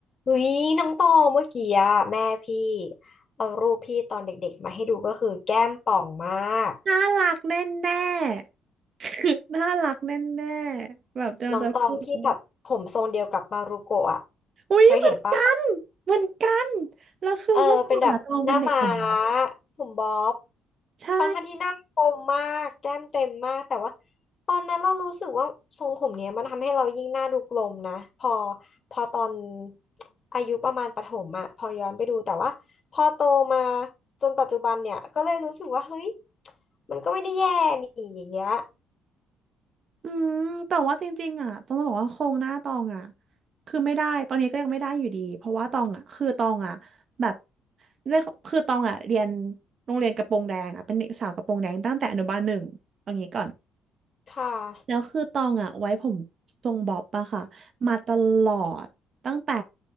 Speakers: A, on the left; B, on the right.
A: อุ๊ยน้องตองเมื่อกี้อะแม่พี่เอารูปพี่ตอนเด็กๆมาให้ดูก็คือแก้มป่องมาก
B: น่ารักแน่แน่ <laughs> น่ารักแน่แน่แบบจะจะพูดเออ
A: น้องตองพี่ตัดผมทรงเดียวกับมารุโกะอะ
B: อุ้ยเหมือนกันเหมือนกัน
A: เคยเห็นปะ
B: แล้วคือเมื่อก่อนอะตองเป็นเด็กผมบ๊อบ
A: เออเป็นแบบหน้าม้าผมบ๊อบ
B: ใช่
A: ทั้งท่านที่หน้าคมมากแก้มเต็มมากแต่ว่าตอนนั้นเรารู้สึกว่าทรงผมเนี้ยมันทำให้เรายิ่งหน้าดูกลมนะพอพอตอนอายุประมาณประถมอะพอย้อนไปดูแต่ว่าพอโตมาจนปัจจุบันเนี่ยก็เลยรู้สึกว่าเฮ้ยมันก็ไม่ได้แย่นี่อย่างเงี้ย
B: อืมแต่ว่าจริงๆอ่ะต้องบอกว่าโครงหน้าตองอ่ะคือไม่ได้ตอนนี้ก็ยังไม่ได้อยู่ดี เพราะว่าตองอ่ะคือตองอ่ะแบบเนี่ยคือตองอ่ะเรียนโรงเรียนกระโปรงแดงอ่ะเป็นเด็กสาวกระโปรงแดงตั้งแต่อนุบาลหนึ่งเอางี้ก่อน
A: ค่ะ
B: แล้วคือตองอะไว้ผมทรงบ๊อบอะค่ะมาตลอดตั้งแต่